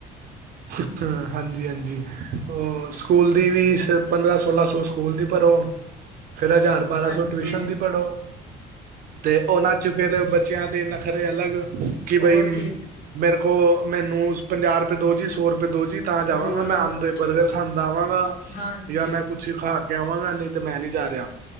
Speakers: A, on the right (about 60°); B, on the left (about 85°).
A: ਹ, ਹਾਂਜੀ- ਹਾਂਜੀ ਉਹ ਸਕੂਲ ਦੀ ਵੀ ਫੀਸ, ਪੰਦਰਾਂ -ਸੋਲਾਂ ਸੌ ਸਕੂਲ ਦੀ ਪਰੋ ਫੇਰ, ਹਜ਼ਾਰ -ਬਾਰਾਂ
B: ਹਾਂਜੀ
A: ਸੌ ਟਿਊਸ਼ਨ ਦੀ ਭਰੋ, ਤੇ ਉਹਨਾ ਫੇਰ, ਬੱਚਿਆਂ ਦੇ ਨਖਰੇ ਅਲਗ ਕਿ
B: ਹੋਰ
A: ਬਈ,,
B: ਕੀ
A: ਮੇਰੇ ਕੋਲ, ਮੈਨੂੰ ਪੰਜਾਹ ਰੁਪਏ ਦੋ ਜੀ, ਸੋ ਰੁਪਏ ਦੋ ਜੀ। ਤਾਂ ਜਾਵਾਂਗਾ,
B: ਹੋਰ
A: ਮੈਂ
B: ਹੋਰ
A: ਆਂਦੇ ਹੋਏ ਬਰਗਰ ਖਾਂਦਾ ਆਵਾਂਗਾ
B: ਹਾਂਜੀ
A: ਯਾ ਮੈਂ ਕੁਛ ਖਾ ਕੇ ਆਵਾਂਗਾ ਨਹੀਂ ਤੇ ਮੈਂ ਨੀ ਜਾ ਰਿਹਾ।